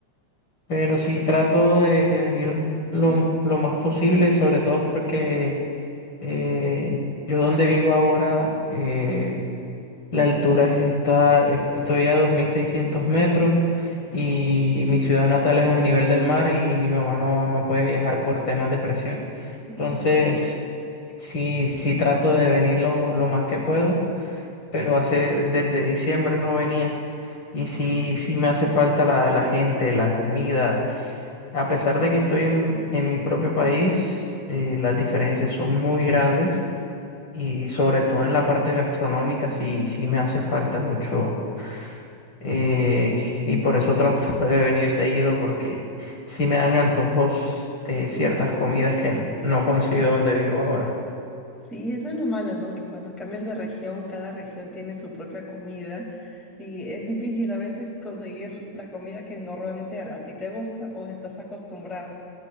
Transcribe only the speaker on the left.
Pero sí trato de, de venir lo, lo más posible, sobre todo porque eh, yo donde vivo ahora, eh, la altura es- está, estoy a 2.600 metros y mi ciudad natal es a nivel del mar y mi mamá no, no puede viajar por temas de presión.
Entonces, sí, sí trato de venir lo, lo más que puedo, pero hace, desde diciembre no venía. Y sí, sí me hace falta la, la gente, la comida. A pesar de que estoy en, en mi propio país, eh, las diferencias son muy grandes y sobre todo en la parte gastronómica sí, sí me hace falta mucho eh, y por eso trato <laughs> de venir seguido porque sí me dan antojos de ciertas comidas que no consigo donde vivo ahora.